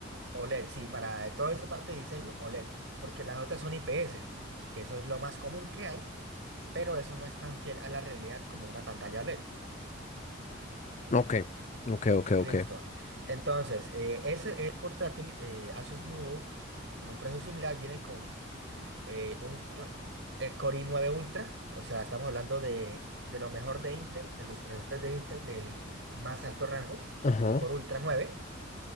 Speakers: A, on the right (about 65°); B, on the left (about 35°).
A: OLED, sí, para todo eso parte de diseño, OLED, porque las otras son IPS, que eso es lo más común que hay, pero eso no es tan fiel a la realidad como una pantalla OLED.
B: Ok, ok, ok,
A: Listo.
B: ok.
A: Entonces, eh, ese, el portátil eh, Asus VivoBook, con un precio similar, viene con eh, un Core, eh, Core i9 Ultra, o sea, estamos hablando de, de lo mejor de Intel, de los procesadores de Intel del más alto rango,
B: Ajá,
A: Core Ultra 9.